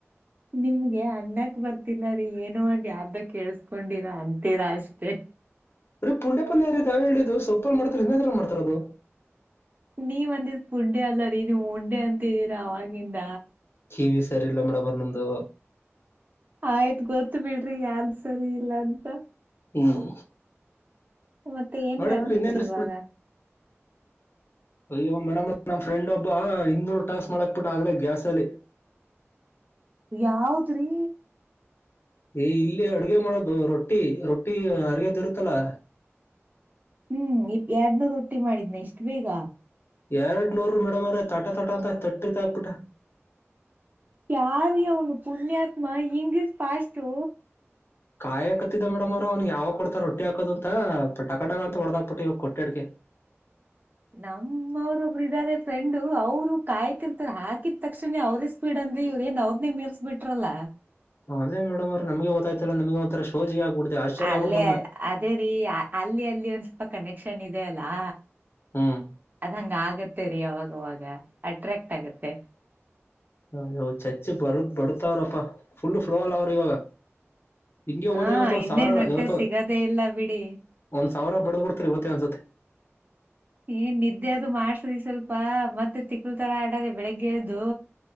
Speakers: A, on the right; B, on the left.
A: ನಿಮ್ಗೆ ಅನ್ನಕ್ ಬರ್ತಿಲ್ಲ ರೀ ಏನೋ ಒಂದ್ ಆಪಾಗ್ ಕೇಳಿಸಿಕೊಂಡಿರಾ ಅಂತೀರಾ ಅಷ್ಟೇ.
B: <unintelligible> ಯಾರಾವ ಹೇಳಿದು ಸೊಪ್ಪಲ್ ಮಾಡತಾರ ಎನ್ದ್ರಾಗ ಮಾಡ್ತಾರ ಅದು.
A: ನೀವ ಅಂದಿದ್ ಪುಂಡೆ ಅಲ್ಲರೀ ನೀವು ಉಂಡೆ ಅಂತಿದ್ದೀರ ಅವಾಗಿಂದ.
B: ಕಿವಿ ಸರಿ ಇಲ್ಲ ಮೇಡಮೋರ್ ನಮ್ದು.
A: ಆಯ್ತ್ ಗೊತ್ ಬಿಡ್ರಿ ಯಾರ್ದ್ ಸರಿ ಇಲ್ಲ ಅಂತ.
B: ಹ್ಮ್
A: ಮತ್ತೆ ಏನ್
B: ಮೇಡಮ್
A: ಮಾಡ್ತಿದ್ರಿ
B: ಅವ್ರೆ ಇನ್ನೇನ್ರಿ
A: ಇವಾಗ.
B: ಅಯ್ಯ ಮೇಡಮೋರೆ ನಮ್ಮ್ ಫ್ರೆಂಡ್ ಒಬ್ಬ ಇನ್ನೂರು ಟಾಸ್ಕ್ ಮಾಡಕ್ ಬಿಟ್ಟು ಆಗ್ಲೇ ಗ್ಯಾಸ್ ಅಲ್ಲಿ.
A: ಯಾವದ್ರಿ.
B: ಏ ಇಲ್ಲಿ ಅಡುಗೆ ಮಾಡೋದು ರೊಟ್ಟಿ ರೊಟ್ಟಿ ಅರ್ಯದ್ ಇರುತ್ತಲಾ.
A: ಹ್ಮ್ ಇ ಎರಡ್ನೂರ್ ರೊಟ್ಟಿ ಮಾಡಿದ್ನ ಇಷ್ಟ್ ಬೇಗ.
B: ಎರಡ್ ನೂರು ಮೇಡಮೋರೆ ತಟ ತಟ ಅಂತ ತಟ್ಟಿರ್ತ ಹಾಕ್ಬಿಟ್ಟ.
A: ಯಾರೀ ಅವನು ಪುಣ್ಯಾತ್ಮ ಹಿಂಗಿಸ್ ಫಾಸ್ಟು.
B: ಕಾಯ ಕತ್ತಿದ್ದ ಮೇಡಮೋರೆ ಅವನು ಯಾವಾಗ ಕೊಡ್ತಾರೆ ರೊಟ್ಟಿ ಹಾಕದು ಅಂತ ಪಟಪಟ ಅಂತ ಹೊಡದಕ್ಬುಟ್ಟ ಇವಾಗ ಕೊಟ್ಟೇಟಗೆ.
A: ನಮ್ಮ ಅವ್ರೊಬ್ಬರು ಇದಾರೆ ಫ್ರೆಂಡು ಅವರು ಕಾಯ್ತಿರ್ತಾರ ಹಾಕಿದ ತಕ್ಷಣ ಅವ್ರಷ್ಟ್ ಸ್ಪೀಡ್ ಅಂದ್ರೇ ಇವ್ರ ಏನ್ ಅವ್ರನೇ ಮೇರ್ಸ್ ಬಿಟ್ರಲ್ಲ.
B: ಅದೇ ಮೇಡಮ್ ಮೋರೇ ನಮಗೆ ಗೊತ್ತಾಗ್ತಾ ಇಲ್ಲ ಒಂತರ ಸೋಜಿಗಾಯ ಆಶ್ಚರ್ಯ
A: ಅಲ್ಲೇ
B: ಆಗೋಗ್ಬಿಡ್ತು ನಮಗೆ.
A: ಅದೇ ರೀ ಅಲ್ಲಿ ಅಲ್ಲಿ ಒಂದ್ ಸ್ವಲ್ಪ ಕನೆಕ್ಷನ್ ಇದೆ ಅಲ್ಲಾ.
B: ಹ್ಮ್
A: ಅದ್ ಹಂಗ ಆಗತ್ತೆ ರೀ ಅವಾಗವಾಗ ಅಟ್ರಾಕ್ಟ್ ಆಗತ್ತೆ.
B: ಹ ಅಯ್ಯೋ ಚಚ್ಚಿ ಬರುತ್ ಬರುತಾವ್ರಪ್ಪ ಫುಲ್ ಫ್ಲೋಲ್ ಅವ್ರೇ ಇವಾಗ. ಹಿಂಗೆ
A: ಹ
B: ಹೋದ್ರೆ ಇವತ್ತು ಒಂದ್
A: ಇನ್ನೇನ್
B: ಸಾವಿರ
A: ಹೊಟ್ಟೆ
B: ಇವತ್ತು
A: ಸಿಗದೇ ಇಲ್ಲ ಬಿಡಿ
B: ಒಂದ್ ಸಾವಿರ ಬಡುದ್ ಬಿಡ್ತರೆ ಇವತ್ತೇ ಅನ್ಸುತ್ತೆ.
A: ಏನ್ ನಿದ್ದೆ ಅದು ಮಾಡ್ಸ್ರಿ ಸ್ವಲ್ಪ ಮತ್ತೆ ತಿಕ್ಕಲ್ ತರಾ ಆಡರು ಬೆಳಿಗ್ಗೆ ಎದ್ದು.